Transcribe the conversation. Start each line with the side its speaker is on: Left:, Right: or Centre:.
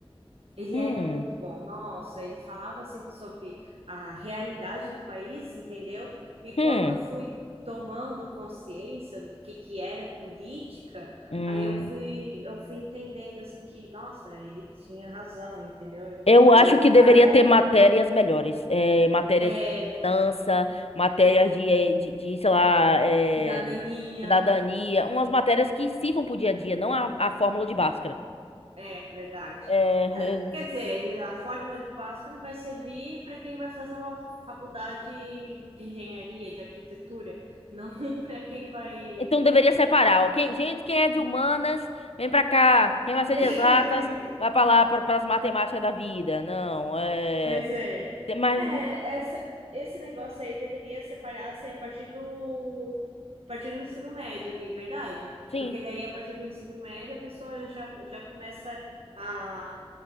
Right: Ele
Left: Hum,
Right: era muito bom, nossa, ele falava assim sobre a realidade do país, entendeu? E quando
Left: hum,
Right: eu fui tomando consciência do que que era política,
Left: hum.
Right: aí eu fui eu fui entendendo assim que, nossa, ele tinha razão, entendeu?
Left: Eu acho
Right: É,
Left: que
Right: O cara
Left: deveria ter matérias melhores, é, matérias
Right: é
Left: de finança, matérias de, eh, de, de, sei lá, eh,
Right: cidadania,
Left: cidadania, umas matérias que sirvam pro dia a dia, não a, a fórmula de Bhaskara.
Right: é verdade.
Left: É,
Right: Quer dizer, a fórmula de Bhaskara vai servir para quem vai fazer uma faculdade de engenharia, de arquitetura, não <laughs> para quem vai
Left: Então deveria separar, ok? Gente, quem é de humanas, vem pra cá. Quem vai ser
Right: <laughs>
Left: de exatas, vai pra lá, para as matemáticas da vida. Não, é.
Right: Pois é.
Left: Mas,
Right: É, essa, esse negócio aí deveria separar assim, a partir do, a partir do ensino médio ali, verdade?
Left: sim.
Right: Porque daí, a partir do ensino médio, a pessoa já, já começa a,